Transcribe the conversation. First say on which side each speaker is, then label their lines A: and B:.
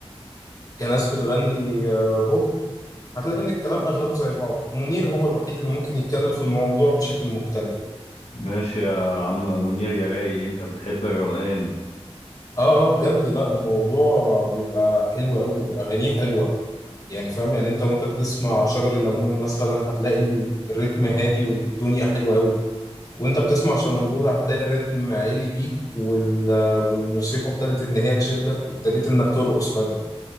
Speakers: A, on the left; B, on the left.
A: كناس بتغني آه، بوب هتلاقي إن الكلام أغلبه زي بعضه منير هو الوحيد اللي ممكن يتكلم في الموضوع بشكل مختلف
B: ماشي يا عم منير يا رايق انت بتحب الروقان
A: اه اه بجد لا الموضوع بيبقى حلو قوي واغانيه حلوه يعني فاهم يعني انت وانت بتسمع شجر الليمون مثلا هتلاقي ال- الريتم هادي والدنيا حلوة قوي وانت بتسمع شمندورة هتلاقي الريتم عالي بيك وال... والموسيقى ابتدت ان هي تشدك وابتديت انك ترقص فجأة